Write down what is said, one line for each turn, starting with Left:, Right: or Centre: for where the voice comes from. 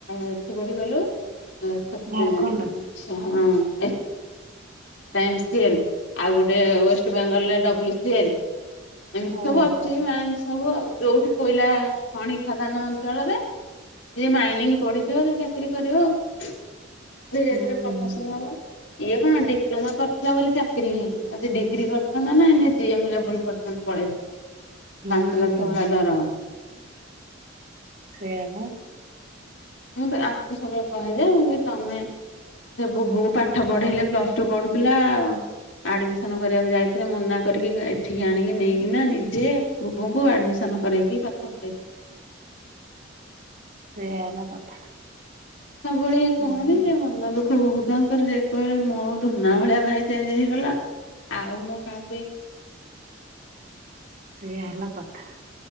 Left: ଏଠି କୋଠି କଲୁ ହଁ ଛତି
Right: ଝାଡଖଣ୍ଡ
Left: ଛ <unintelligible> ଟାଇମ ସିଏଲି ଆଉ ଗୋଟେ ୱଷ୍ଟ ବେଙ୍ଗଲରେ ଡବ୍ଲୁ ସିଲ୍। ଏମିତି
Right: ଓହୋ
Left: ସବୁ ଅଛି ମାଇନ୍ସ ସବୁ ଆ ଯୋଉଠି କୋଇଲା ଖଣି ଖାଦାନ ଅଞ୍ଚଳରେ। ଯିଏ ମାଇନିଂ ପଢିଥିବ ସେ ଚାକିର କରିବ ଆଉ ଧୀରେ
Right: ହୁଁ
Left: ଧୀରେ ପ୍ରମୋସନ
Right: ହୁଁ
Left: ହବ। ଇଏ କଣ ଡିପ୍ଲୋମା କରିଥିଲା ବୋଲି ଚାକିରି ହେଇନି ଯଦି ଡିଗ୍ରୀ କରିଥାନ୍ତା ନା ଜିଏମ୍ ଲେବୁଲ ପର୍ଯ୍ୟନ୍ତ ପଳେଇଥାନ୍ତି
Right: ହୁଁ
Left: ପାଞ୍ଚ ଲକ୍ଷ ଭଳିଆ ଦରମା।
Right: ସେୟା ପା।
Left: ମୁଁ ଆକୁ ସବବେଳେ କହେଁଜେ ମୁ କଇନ ତମେ ସେ ବୁବୁକୁ ପାଠ ପଢେଇଲେ ପ୍ଲସ ଟୁ ପଢୁଥିଲା। ଆଡମିସନ କରିବାକୁ ଯାଇଥିଲେ ମନା କରିକି ଏଠିକି ଆଣିକି ନେଇକିନା ନିଜେ ବୁବୁଙ୍କୁ ଆଡମିସନ କରେଇକି ପାଠ ପଢେଇ
Right: ସେଇଆ ହେଲା। କଥା।
Left: ସବବେଳେ ଇ କହନ୍ତି
Right: ଆଜ୍ଞା
Left: ଯେ ମନ ଦୁଃଖ ବୋହୁତ। ତାଙ୍କର ଯେ କହିଲେ ମୋ ଧନା ଭଳିଆ ଭାଇ ଚେଞ୍ ହେଇଗଲା ଆଉ ମୁଁ କାହାକୁ ଇଏ କରିବି
Right: ସେୟା ହେଲା କଥା।